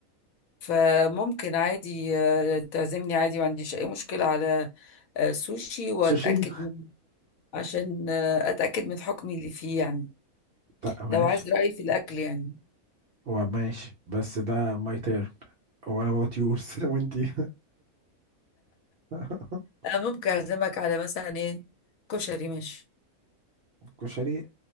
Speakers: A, on the left; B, on the right.
A: فممكن عادي آه، تعزمني عادي ما عنديش اي مشكلة على آه، سوشي واتأكد
B: سوشي
A: منه عشان آه، اتأكد من حكمي اللي فيه يعني
B: لا ماشي
A: لو عايز رأيي في الاكل يعني
B: هو ماشي بس ده ماي تير ولا وات يورز <laughs> وانتي <laughs>
A: انا ممكن اعزمك على مثلا ايه كشري ماشي
B: كشري